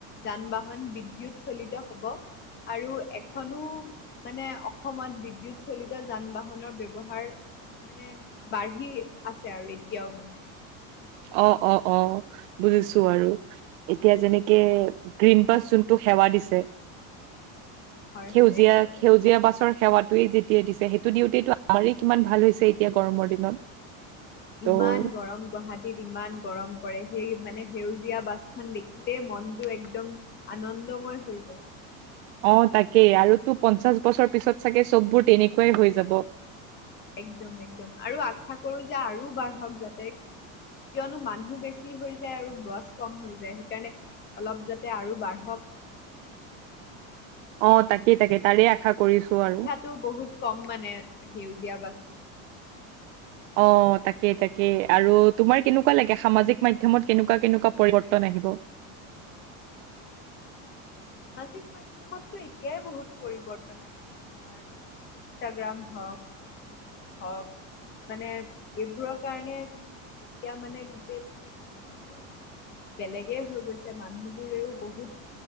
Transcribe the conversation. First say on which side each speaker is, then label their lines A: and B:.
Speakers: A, on the left; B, on the right.
A: যান বাহন বিদ্যুৎ চলিত হব আৰু এখনো মানে অসমত বিদ্যুৎ চলিত যান বাহনৰ ব্যৱহাৰ মানে বাঢ়ি আছে আৰু এতিয়াও মানে
B: অ'-অ'-অ' বুজিছোঁ আৰু এতিয়া যেনেকে গ্ৰীণ বাছ যোনটো সেৱা দিছে।
A: উম, হয়,
B: সেউজীয়া-সেউজীয়া
A: হয়, একদম, একদম।
B: বাছৰ সেৱাটো যেতিয়াই দিছে সেইটো দিওঁতেটো আমাৰেই কিমান ভাল হৈছে এতিয়া গৰমৰ দিনত।
A: একটো
B: ত'
A: ইমান গৰম গুৱাহাটী ইমান গৰম পৰে সেই মানে সেউজীয়া বাছখন দেখিলেই মনটো একদম আনন্দময় হৈ যায়।
B: অ' তাকেই আৰু তো পঞ্চাশ বছৰ পিছত চাগে চববোৰ তেনেকুৱাই হৈ যাব।
A: একদম-একদম আৰু আশা কৰোঁ যে আৰু বাঢ়ক যাতে। কিয়নো মানুহ বেছি হৈ যায় আৰু গছ কম হৈ যায় সেইকাৰণে অলপ যাতে আৰু বাঢ়ক।
B: অ' তাকে-তাকে তাৰে আশা কৰিছোঁ আৰু।
A: ভিৰতো বহুত কম মানে সেউজীয়া বাছ
B: অ' তাকেই-তাকেই আৰু তোমাৰ কেনেকুৱা লাগে সামাজিক মাধ্যমত কেনেকুৱা-কেনেকুৱা পৰিৱৰ্তন আহিব।
A: সামাজিক মাধ্যমতো এতিয়াই বহুত পৰিৱৰ্তন আহিছে তোমাৰ ইনষ্টাগ্ৰাম হওঁক হওঁক মানে এইবোৰৰ কাৰণে এতিয়া মানে গোটেই পৃথিৱীটো বেলেগে হৈ গৈছে মানুহবোৰেও বহুত